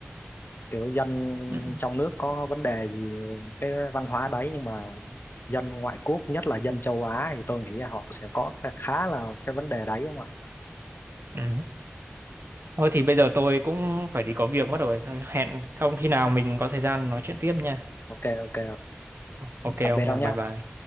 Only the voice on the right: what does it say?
Ừ.
Ừ. Thôi thì bây giờ tôi cũng phải đi có việc mất rồi. Thôi Hẹn không khi nào mình có thời gian nói chuyện tiếp nha.
Ok
ông
nha,
bye bye.